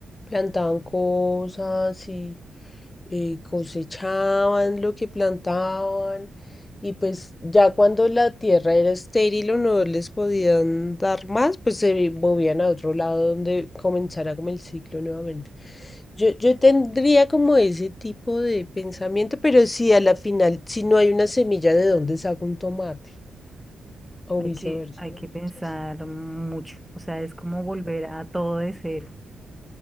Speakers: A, on the left (about 30°); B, in the centre.
A: plantaban cosas y eh, cosechaban lo que plantaban y pues ya cuando la tierra era estéril o no les podían dar más, pues se movían a otro lado donde comenzara como el ciclo nuevamente. Yo, yo tendría como ese tipo de pensamiento, pero si a la final, si no hay una semilla, ¿de dónde saco un tomate? O
B: Hay
A: viceversa,
B: que, hay
A: ¿no?
B: que pensar
A: Entonces,
B: mucho. O sea, es como volver a todo de cero,